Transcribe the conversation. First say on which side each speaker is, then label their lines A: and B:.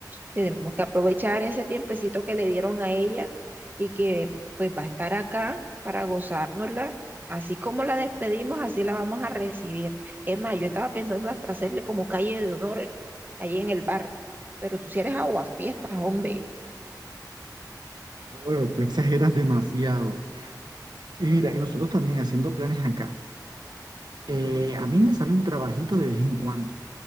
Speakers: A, on the right; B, on the right.
A: Tenemos que aprovechar ese tiempecito que le dieron a ella y que pues va a estar acá para gozárnosla. Así como la despedimos, así la vamos a recibir. Es más, yo estaba pensando hasta hacerle como calle de honor ahí en el bar, pero tú si eres aguafiestas, hombre.
B: Bueno, tú exageras demasiado. Y mira, y nosotros también haciendo planes acá. Eh, a mí me sale un trabajito de vez en cuando.